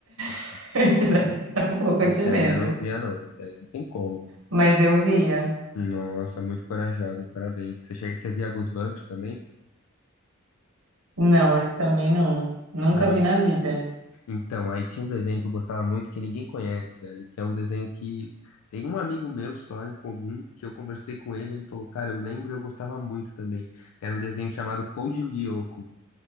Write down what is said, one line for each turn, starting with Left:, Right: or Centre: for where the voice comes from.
Left: Esse,
Right: <laughs> Esse daí
Left: esse,
Right: dá um pouco
Left: esse
Right: de medo.
Left: aí eu não via, não. Esse aí não tem como, pô.
Right: Mas eu via.
Left: Nossa, muito corajosa, parabéns. Você, chega, você via Goosebumps também?
Right: Não, esse também não. Nunca
Left: Isso dava
Right: vi
Left: medo.
Right: na vida.
Left: Então, aí tinha um desenho que eu gostava muito que ninguém conhece, velho, que é um desenho que tem um amigo meu só em comum, que eu conversei com ele, ele falou, cara, eu lembro e eu gostava muito também. Que Era um desenho chamado Code Lyoko.